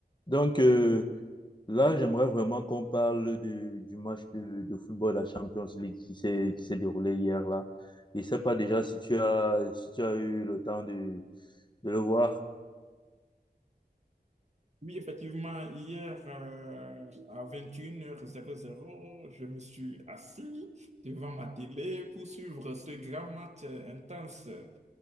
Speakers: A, on the left; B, on the right.
A: Donc euh, là, j'aimerais vraiment qu'on parle de- du match de, de football de la Champions League qui s'est qui s'est déroulé hier là. Je sais pas déjà si tu as si tu as eu le temps de, de le voir.
B: Oui, effectivement, hier euh, à vingt et une heures zéro zéro je me suis assis devant ma télé pour suivre ce grand match euh, intense euh,